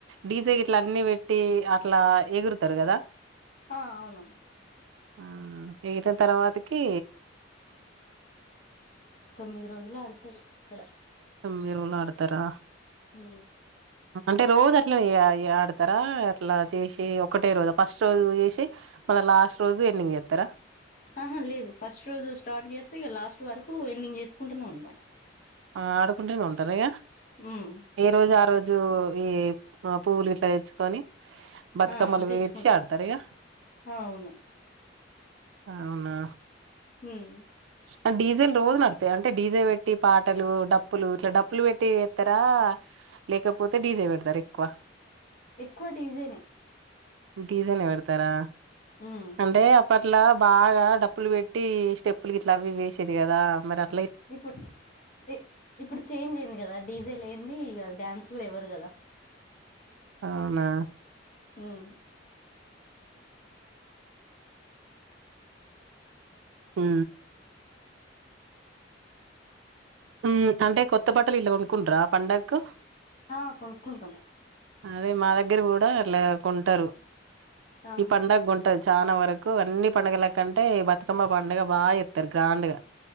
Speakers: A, on the right; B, on the left.
A: డీజే గిట్ల అన్ని పెట్టి అట్లా ఎగురుతారు కదా.
B: ఆ అవును
A: ఆ ఎగిరిన తర్వాతకి.
B: తొమ్మిది రోజులు ఆడతారు ఇక్కడ.
A: తొమ్మిది రోజులు ఆడతారా.
B: హు
A: అంటే రోజు అట్ల ఆడతారా అట్లా చేసి ఒకటే రోజు ఫస్ట్ రోజు చేసి మల లాస్ట్ రోజు ఈవినింగ్ చేస్తార
B: ఆహా లేదు ఫస్ట్ రోజు స్టార్ట్ చేస్తే ఇగ లాస్ట్ వరకు ఈవినింగ్ చేసుకుంటూనే ఉంటాం.
A: ఆ ఆడుకుంటేనే ఉంటారుగా
B: ఉమ్
A: ఏ రోజు ఆ రోజు. ఈ పువ్వులు ఇట్లా తెచ్చుకొని. బతుకమ్మలు
B: ఆ తెచ్చుకుంటాం
A: వేడ్చి ఆడుతారా ఇగ.
B: అవును
A: అవునా.
B: ఉమ్
A: అ డీజేలు రోజు నడుత్తాయా అంటే డీజే పెట్టి పాటలు డప్పులు ఇట్లా డప్పులు పెట్టి ఎత్తరా? లేకపోతే డీజే పెడుతరా ఎక్కువ?
B: ఎక్కువ డీజేనే
A: డీజేనే పెడుతరా
B: ఉమ్
A: అంటే అప్పట్లా బాగా డప్పులు పెట్టి స్టెప్పులు గిట్ల అవి ఇవి ఏసేది కదా మరి అ
B: ఇప్పు ఇ ఇప్పుడు చేంజ్ అయింది కదా డీజే లేన్ది ఇగ డ్యాన్స్ కూడ ఇవ్వరు కదా!
A: అవునా
B: మ్మ్
A: హ్మ్ఁ హ్మ్ అంటే కొత్త బట్టలు ఇట్ల కొన్కుంట్రా పండగకు
B: ఆఁ కొన్కుంటం
A: అదే మా దగ్గర గూడ అట్లా కొంటరు.
B: ఆహా
A: ఈ పండగకు గొంటరు చాన వర కు అన్ని పండగల కంటే ఈ బతుకమ్మ పండగ బా జేత్తరు గ్రాండ్. గా